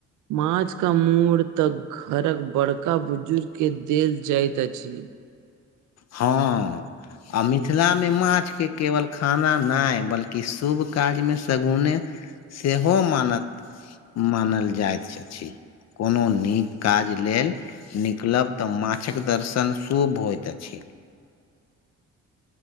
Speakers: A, on the right; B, on the left.
A: माछ का मूड़ि त घरक बड़का क बुजुर्ग के देल जाइत अछि
B: हँ आ मिथिलामे माछके केवल खाना नहि बल्कि शुभ क्यमे शगुने सेहो मानत मानल जाइत अछि कोनो नीक काज लेल निकलब तऽ माछक दर्शन शुभ होयइत ठीक